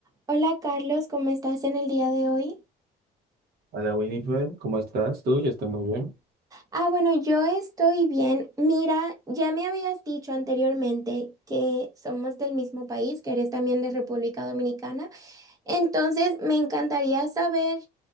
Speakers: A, on the right; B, on the right.
A: Hola Carlos, ¿cómo estás en el día de hoy?
B: Hola Winifred, ¿cómo estás tú? Yo estoy muy bien.
A: Ah, bueno, yo estoy bien. Mira, ya me habías dicho anteriormente que somos del mismo país, que eres también de República Dominicana. Entonces, me encantaría saber